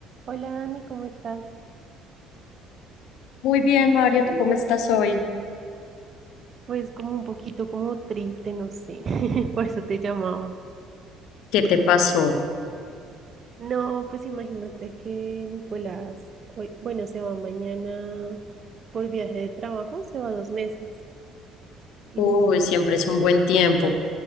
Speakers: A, on the right (about 40°); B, on the left (about 65°).
A: Hola Dani, ¿cómo estás?
B: Muy bien, María, ¿tú cómo estás hoy?
A: Pues como un poquito como triste, no sé, <laughs> por eso te llamaba.
B: ¿Qué te pasó?
A: No, pues imagínate que Nicolás hoy, bueno, se va mañana por viaje de trabajo, se va dos meses. Y
B: Uy,
A: no,
B: siempre es un buen tiempo